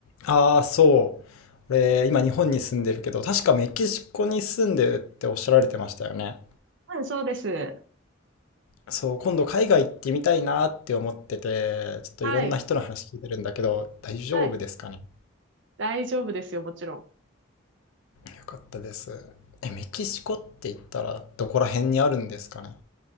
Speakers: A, on the left; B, on the right.
A: ああ、そう。俺、今日本に住んでるけど、確かメキシコに住んでるっておっしゃられてましたよね。
B: うん、そうです。
A: そう、今度海外行ってみたいなって思ってて、ちょっといろんな人の話聞いてるんだけど、
B: はい。
A: 大丈夫ですかね。
B: はい。大丈夫ですよ、もちろ
A: よかったです。え、メキシコって言ったらどこら辺にあるんですかね。